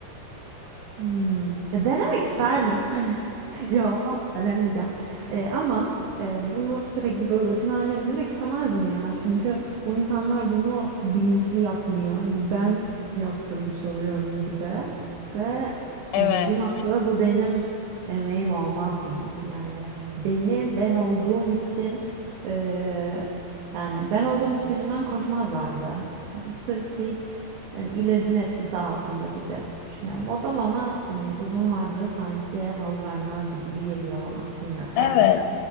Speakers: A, on the right; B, on the left.
A: Hmm. Ya denemek isterdim. <laughs> Yalan söylemeyeceğim. Ee, ama e, bunu sürekli böyle rutin haline bindirmek istemezdim ya. Çünkü bu insanlar bunu bilinçli yapmıyor. Hani ben yaptırmış oluyorum gibi. Ve
B: <laughs> Evet.
A: hani bir noktada bu benim emeğim olmaz gibiydi. Yani beni ben olduğum için e, yani ben olduğum için peşimden koşmazlardı. Yani sırf bir yani ilacın etkisi altında gibi düşünüyorum. O da bana hani uzun vadede sanki haz vermezdi gibi geliyor bana. Bilmiyorum sen
B: Evet.
A: ne düşün?